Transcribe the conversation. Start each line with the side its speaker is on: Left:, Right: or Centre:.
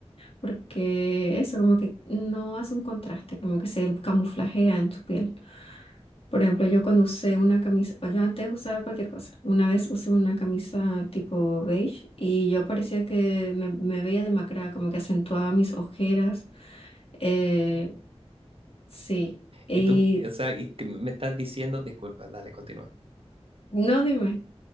Left: porque eso como que no hace un contraste, como que se camuflajea en tu piel. Por ejemplo, yo cuando usé una camisa, o yo antes usaba cualquier cosa, una vez usé una camisa tipo beige y yo parecía que me, me veía demacrada, como que acentuaba mis ojeras. Eh, sí, y
Right: Y tú, o sea, y que me estás diciendo, disculpa, dale, continúa.
Left: no dime.